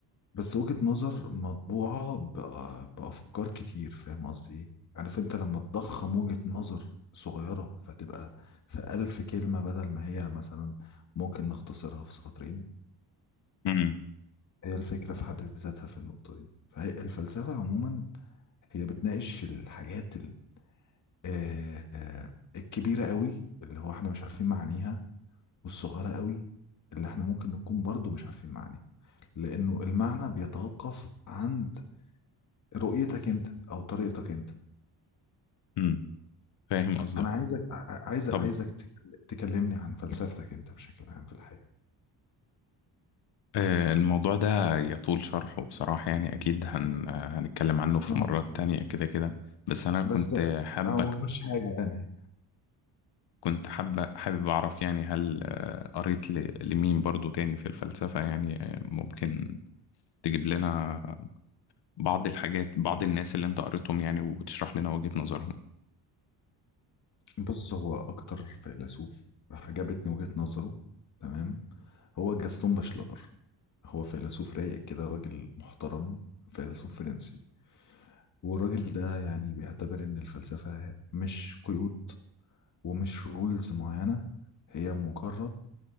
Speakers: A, on the left; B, on the left.
A: بس وجهة نظر مطبوعة بأ- بأفكار كتير فاهم قصدي إيه عارف أنت لما تضخم وجهة نظر صغيرة فتبقى في ألف كلمة بدل ما هي مثلا ممكن نختصرها في سطرين
B: امم
A: هي الفكرة في حد ذاتها في النقطة دي فهي الفلسفة عموما هي بتناقش الحاجات ال- آه، آه، الكبيرة قوي اللي هو احنا مش عارفين معانيها والصغيرة قوي اللي احنا ممكن نكون برضو مش عارفين معانيها لأنه المعنى بيتوقف عند رؤيتك انت أو طريقتك انت
B: امم فاهم قصدك
A: أنا عايزك عايز
B: طب
A: عايزك تك- تكلمني عن فلسفتك انت بشكل عام في الحياة
B: آه، الموضوع ده يطول شرحه بصراحة يعني أكيد هن... آه، هنتكلم عنه في
A: احنا م-
B: مرات تانية كده كده بس أنا كنت
A: بس
B: حابك
A: هو مش حاجة يعني
B: كنت حابة حابب أعرف يعني هل آه، قريت ل- لمين برضو تاني في الفلسفة يعني آه، ممكن تجيب لنا بعض الحاجات بعض الناس اللي أنت قريتهم يعني وتشرح لنا وجهة نظرهم
A: بص هو أكتر فيلسوف عجبتني وجهة نظره تمام هو جاستون باشلار هو فيلسوف رايق كده راجل محترم فيلسوف فرنسي والراجل ده يعني بيعتبر إن الفلسفة مش قيود ومش رولز معينة هي مجرد